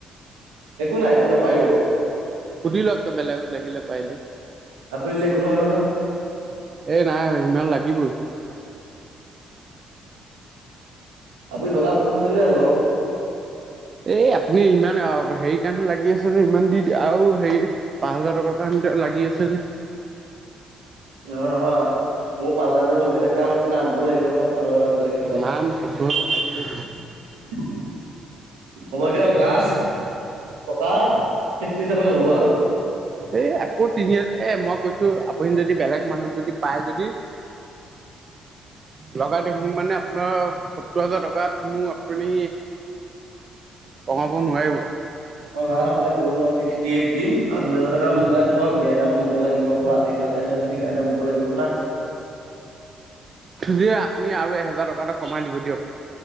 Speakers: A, on the right; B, on the right.
A: একো নাই, একো নাই, পাৰিব।
B: <unintelligible> বেলেগ লাগিলে পাৰিলে।
A: আপুনি দিলে একো নহয়-নহয়।
B: এ নাই, ইমান লাগিবই।
A: আপুনি, টকা পয়ষষ্ঠি হেজাৰ লওক।
B: এই আপুনি ইমান, হেৰি কাৰনে লাগি আছে নে ইমান দি দ আৰু হেৰি, পাঁচ হাজাৰ টকাৰ কাৰণে লাগি আছে নে।
A: নহয়, নহয়, মোৰ পাঁচ হাজাৰ মোৰ বেলেগ কাম আছে না মোৰ। থব লাগিব নহয়, পাচ হাজাৰটো বেলেগ কামত।
B: নাই মোক সত্তৰ হাজাৰ লাগিবই
A: হ'ব দিয়ক, লাষ্ট টকা ছিক্সটি চেভেন, ল'ব আৰু।
B: এই আকৌ তিনি এ মই কৈছো আপুনি যদি বেলেগ মানুহক যদি পায় যদি লগাই দিয়ক মোক মানে আপোনাৰ সত্তৰ হাজাৰ টকাত মো আপুনি কমাব নোৱাৰিব।
A: মই লাষ্ট আপোনাক কলো নহয় ছিক্সটি এইট দিম। আৰু দুহেজাৰ টকা মোক কাৰনে থওক বিয়া দিনা মোকো লাগিব। আজিৰ কাৰণে মোক লাগিব না।
B: যে আপুনি আৰু এহেজাৰ টকা এটা কমাই দিব দিয়ক।